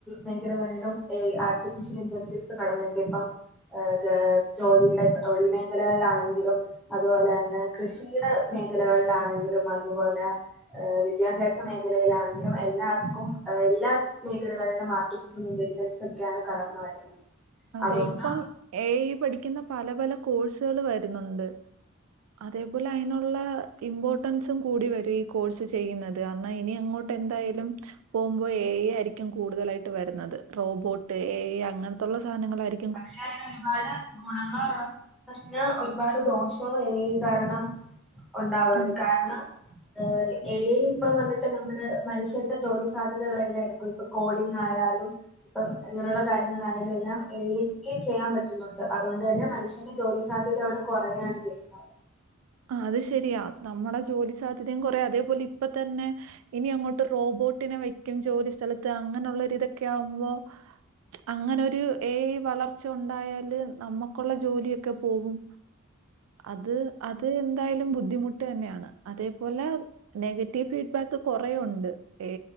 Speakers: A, in the centre; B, on the right.
A: മേഖലകളിലും ആർട്ടിഫിഷ്യൽ ഇന്റലിജൻസ് കടന്നക്ക ഇപ്പം ഏ ഗ ജോലിയുടെ ഇപ്പൊ തൊഴിൽ മേഖലകളിലാണെങ്കിലും അതുപോലെ തന്നെ കൃഷിയുടെ മേഖ ലകളിലാണെങ്കിലും അതുപോലെ വിദ്യാഭ്യാസ മേഖലയിലാണെങ്കിലും എല്ലാ എല്ലാ മേഖലകളിലും ആർട്ടിഫിഷ്യൽ ഇന്റലിജൻസ ഒക്കെയാണ് കടന്നു വരുന്നത്
B: അതെ
A: അതുകൊണ്ട്
B: ഇപ്പം ഏ ഐ പഠിക്കുന്ന പല പല കോഴ്സുകൾ വരുന്നുണ്ട് അതേപോലെ അയിനുള്ള ഇമ്പോർട്ടൻസും കൂടി വരും ഈ കോഴ്സ് ചെയ്യുന്നത് കാരണം ഇനി അങ്ങോട്ട് എന്തായാലും പോവുമ്പോ ഏ ഐ ആയിരിക്കും കൂടുതലായിട്ട് വരുന്നത് റോബോട്ട് ഏ ഐ അങ്ങനത്തുള്ള സാധനങ്ങളായിരി
A: പക്ഷെ അയിന് ഒരുപാട് ഗുണങ്ങളുള്ള തന്നെ ഒരുപാട് ദോഷങ്ങൾ ഏ ഐ കാരണം ഉണ്ടാവാറുണ്ട്
B: ഉൺ
A: കാരണം ഏ ഐ ഐ ഇപ്പ വന്നിട്ട് നമ്മുടെ മനുഷ്യരുടെ ജോലി സാധ്യതകളല്ലാ എടുക്കും ഇപ്പ കോഡിങ് ആയാലും ഇപ്പൊ ഇങ്ങനെയുള്ള കാര്യങ്ങളായാലും എല്ലാം ഏ ഐ ക്ക് ചെയ്യാൻ പറ്റുന്നുണ്ട് അതുകൊണ്ട് തന്നെ മനുഷ്യന്റെ ജോലി സാധ്യത അവിടെ കുറയാണ് ചെയ്യുന്നത്
B: ആ അത് ശരിയാ നമ്മുടെ ജോലി സാധ്യതയും കുറ അതേപോലെ ഇപ്പ തന്നെ ഇനി അങ്ങോട്ട് റോബോട്ടിനെ വെക്കും ജോലി സ്ഥലത്ത് അങ്ങനെയുള്ളൊരിതൊക്കെ ആവുമ്പോ അങ്ങനെരു ഏ ഐ വളർച്ച ഉണ്ടായാല് നമ്മുക്കുള്ള ജോലിയൊക്കെ പോവും അത് അത് എന്തായാലും ബുദ്ധിമുട്ട് തന്നെയാണ് അതേപോലെ നെഗറ്റീവ് ഫീഡ്ബാക്ക് കൊറെ ഉണ്ട് എ